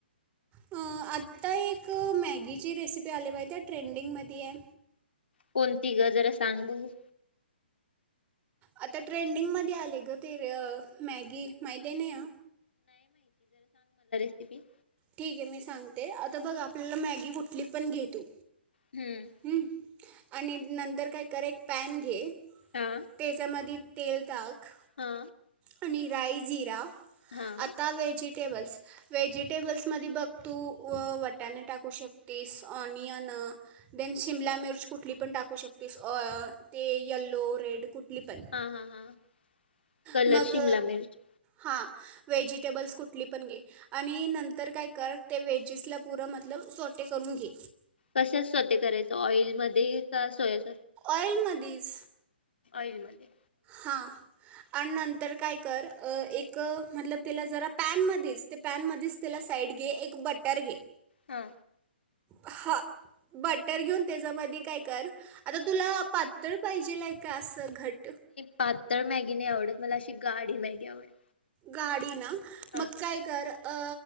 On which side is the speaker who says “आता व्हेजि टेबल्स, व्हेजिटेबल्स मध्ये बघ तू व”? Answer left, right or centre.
Right